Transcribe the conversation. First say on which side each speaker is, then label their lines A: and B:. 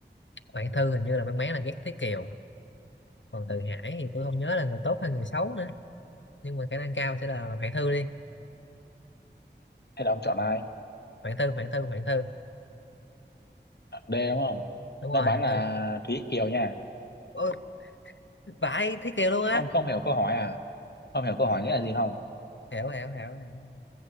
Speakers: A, on the left (about 80°); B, on the left (about 60°).
A: Hoàng Thư hình như là mang máng là ghét Thúy Kiều còn Từ Hải thì tôi không nhớ là người tốt hay người xấu nữa nhưng mà khả năng cao sẽ là Hoàng Thư đi
B: hay là ông chọn ai?
A: Hoàng Thư Hoàng Thư Hoàng Thư
B: Chọn D đúng không?
A: đúng
B: Đáp
A: rồi
B: án
A: Hoàng
B: là
A: Thư
B: Thúy Kiều nha.
A: Ôi, vãi Thế Kiều luôn á
B: Ông không hiểu câu hỏi à? Không hiểu câu hỏi nghĩa là gì không?
A: hiểu hiểu hiểu hiểu